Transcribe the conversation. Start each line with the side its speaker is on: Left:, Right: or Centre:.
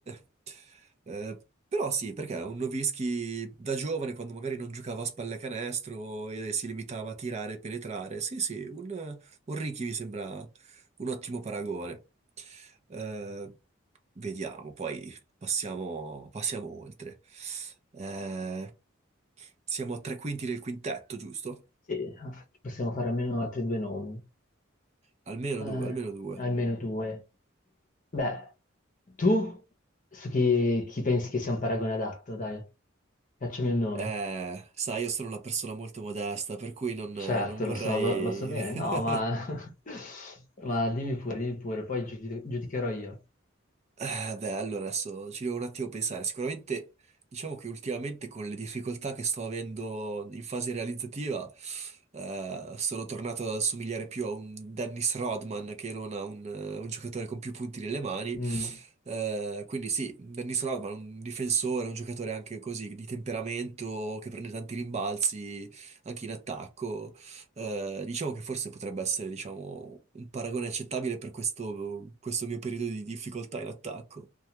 Right: <laughs> eh, però sì, perché un Nowitzki da giovane, quando magari non giocava a spallacanestro e si limitava a tirare e penetrare, sì, sì, un, un Ricky mi sembra un ottimo paragone. Eh, vediamo, poi passiamo, passiamo oltre. Eh, siamo a tre quinti del quintetto, giusto?
Left: Sì, possiamo fare almeno altri due nomi,
Right: Almeno
Left: Eh,
Right: due, almeno due.
Left: almeno due. Beh, tu su chi, chi pensi che sia un paragone adatto, dai, facciami un nome.
Right: Eh, sai, io sono una persona molto modesta, per cui non,
Left: Certo,
Right: non vorrei...
Left: lo so, lo, lo so bene,
Right: <laughs>
Left: no, ma, <laughs> ma dimmi pure, dimmi pure, poi giudi- giudicherò io.
Right: Eh, beh, allora adesso ci devo un attimo pensare. Sicuramente, diciamo che ultimamente con le difficoltà che sto avendo in fase realizzativa, eh, sono tornato ad assomigliare più a un Dennis Rodman che non a un, eh, un giocatore con più punti nelle mani.
Left: Mm.
Right: Eh, quindi sì, Dennis Rodman, un difensore, un giocatore anche così di temperamento che prende tanti rimbalzi anche in attacco. Eh, diciamo che forse potrebbe essere, diciamo, un paragone accettabile per questo, questo mio periodo di difficoltà in attacco.